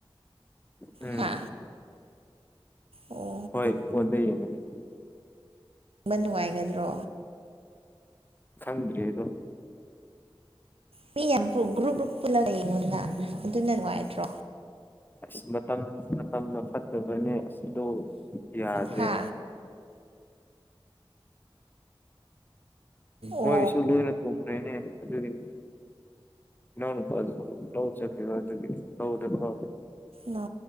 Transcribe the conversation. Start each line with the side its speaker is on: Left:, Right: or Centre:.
Left: ꯎꯝ
Right: ꯍꯥ ꯑꯣ
Left: ꯍꯣꯏ ꯐꯣꯟꯗ ꯌꯦꯡꯒꯅꯤ
Right: ꯕ ꯅꯨꯡꯉꯥꯏꯒꯗ꯭ꯔꯣ
Left: ꯈꯪꯗ꯭ꯔꯤ ꯑꯗꯣ
Right: ꯃꯤ ꯌꯥꯝ ꯒ꯭ꯔꯨꯞ ꯒ꯭ꯔꯨꯞ ꯄꯨꯜꯂꯒ ꯌꯦꯡꯉꯣꯗꯅꯥ ꯑꯗꯨꯅ ꯅꯨꯡꯉꯥꯏꯇ꯭ꯔꯣ
Left: ꯑꯁ ꯃꯇꯝ ꯃꯇꯝꯅ ꯐꯠꯇꯕꯅꯦ ꯑꯁ ꯗꯨ ꯌꯥꯗ꯭ꯔꯦꯕ
Right: ꯍꯥ
Left: ꯃꯣꯏꯁꯨ
Right: ꯑꯣ
Left: ꯂꯣꯏꯅ ꯊꯣꯡꯈ꯭ꯔꯦꯅꯦ ꯑꯗꯨꯒꯤ ꯏꯅꯥꯎꯅꯨꯄꯥꯖꯨ ꯂꯧ ꯆꯠꯈꯤꯕ ꯑꯗꯨꯒꯤ ꯂꯧꯗꯀꯣ
Right: ꯅꯣ